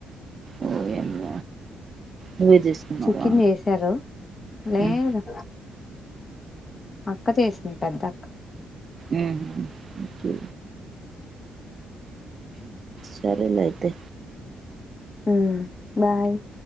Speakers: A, on the right (about 40°); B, on the left (about 40°).
A: ఓ యమ్మ నువ్వే చేసుకున్నావా
B: చికెన్ చేసారు లేదు
A: ఉమ్
B: అక్క చేసింది పెద్దక్క
A: ఊహు ఓకే సరేలే అయితే
B: ఆ బాయ్